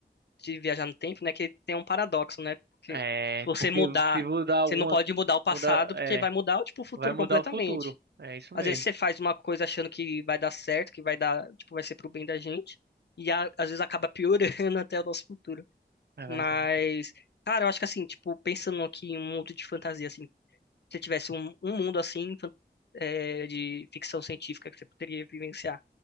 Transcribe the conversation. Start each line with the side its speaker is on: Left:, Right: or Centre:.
Left: de viajar no tempo, né, que tem um paradoxo, né? Porque
Right: é,
Left: se você
Right: porque
Left: mudar,
Right: se mudar alguma,
Left: você não pode mudar o passado,
Right: mudar, é.
Left: porque vai mudar, tipo, o futuro
Right: Vai mudar
Left: completamente.
Right: o futuro. É isso
Left: Às
Right: mesmo.
Left: vezes você faz uma coisa achando que vai dar certo, que vai dar, tipo, vai ser pro bem da gente, e a- às vezes acaba piorando <laughs> até o nosso futuro.
Right: É
Left: Mas,
Right: verdade.
Left: cara, eu acho que assim, tipo, pensando aqui em um mundo de fantasia, assim, se tivesse um, um mundo assim fan- é, de ficção científica que você poderia vivenciar?